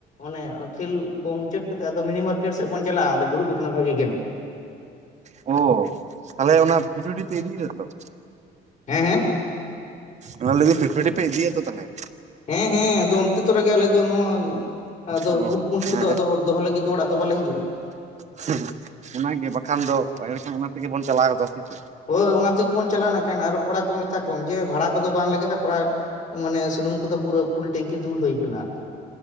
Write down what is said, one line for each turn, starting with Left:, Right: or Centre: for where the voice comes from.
Left: ᱚᱱᱮ ᱠᱷᱮᱞ ᱠᱚ ᱢᱩᱪᱟᱹᱫ ᱠᱟᱛᱮ ᱟᱫᱚ ᱢᱤᱱᱤ ᱢᱟᱨᱠᱮᱴ ᱥᱮᱫ ᱵᱚᱱ ᱪᱟᱞᱟᱜᱼᱟ, ᱚᱸᱰᱮ ᱫᱩᱲᱩᱵ ᱟᱠᱟᱱᱟ ᱵᱷᱟᱜᱤ ᱜᱮ ᱱᱟᱜ ᱠᱷᱟᱡ᱾
Right: ᱚ᱾ ᱛᱟᱦᱚᱞᱮ ᱚᱱᱟ ᱯᱷᱤᱴᱩᱴᱤ ᱛᱮ ᱤᱫᱤᱭ ᱫᱟᱛᱚ?
Left: ᱦᱮᱸ ᱦᱮᱸ᱾
Right: ᱚᱱᱟ ᱞᱟᱹᱭᱫᱟᱧ ᱯᱷᱮᱴ ᱯᱷᱮᱴᱤ ᱯᱮ ᱤᱫᱤᱭᱟᱛᱚ ᱛᱟᱞᱦᱮ?
Left: ᱦᱮᱸ ᱦᱮᱸ ᱟᱫᱚ ᱚᱱᱛᱮ ᱛᱚᱨᱟᱜᱮ ᱟᱞᱮ ᱫᱚ ᱱᱚᱣᱟ ᱟᱫᱚ
Right: ᱚ
Left: ᱵᱩᱴ-ᱢᱩᱸᱰ ᱠᱚᱫᱚ
Right: ᱦᱮᱸ
Left: ᱟᱫᱚ ᱫᱚᱦᱚ ᱞᱟᱹᱜᱤᱫ ᱫᱚ ᱚᱲᱟᱜ ᱫᱚ ᱵᱟᱞᱮ ᱦᱤᱡᱩᱜᱼᱟ᱾
Right: <unintelligible> ᱚᱱᱟᱜᱮ ᱵᱟᱠᱷᱟᱱ ᱫᱚ ᱮᱲᱮᱠᱷᱟᱱ ᱚᱱᱟ ᱛᱮᱜᱮ ᱵᱚᱱ ᱪᱟᱞᱟᱣ ᱜᱚᱫᱚ-ᱟ, ᱥᱮ ᱪᱮᱫ?
Left: ᱦᱳᱭ ᱚᱱᱟ ᱛᱮᱜᱮᱵᱚᱱ ᱪᱟᱞᱟᱜᱼᱟ ᱱᱟᱠᱷᱟᱱ, ᱟᱨᱚ ᱠᱚᱲᱟ ᱠᱚ ᱢᱮᱛᱟ ᱠᱚᱢ ᱡᱮ ᱵᱷᱟᱲᱟ ᱠᱚᱫᱚ ᱵᱟᱝ ᱞᱟᱜᱟᱜᱼᱟ ᱠᱚᱲᱟ ᱢᱟᱱᱮ ᱥᱩᱱᱩᱢ ᱠᱚᱫᱚ ᱯᱩᱨᱟ. ᱯᱷᱩᱞ ᱴᱮᱝᱠᱤ ᱫᱩᱞ ᱦᱩᱭ ᱠᱟᱱᱟ ᱟᱨᱠᱤ᱾